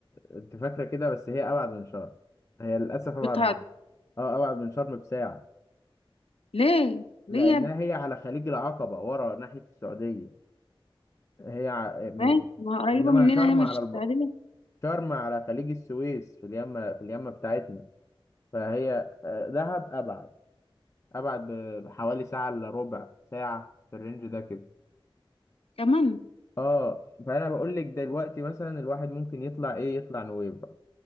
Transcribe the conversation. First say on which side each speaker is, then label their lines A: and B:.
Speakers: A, on the left; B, on the left.
A: انت فاكرة كده بس هي أبعد من شرم هي للأسف أبعد
B: بتهزر
A: اه ابعد من شرم بساعة
B: ليه
A: لانها
B: ليه يا ابني
A: هي على خليج العقبة ورا ناحية السعودية هي ع... م...
B: ماشي، ما هي قريبه
A: انما
B: مننا
A: شرم
B: هي مش
A: على الب...
B: السعوديه
A: شرم على خليج السويس في اليمة في اليمة بتاعتنا فهي آه، دهب ابعد ابعد ب- بحوالي ساعة الا ربع ساعة في الرينج ده كده
B: كمان
A: اه فانا بقول لك دلوقتي مثلا الواحد ممكن يطلع ايه يطلع نويبع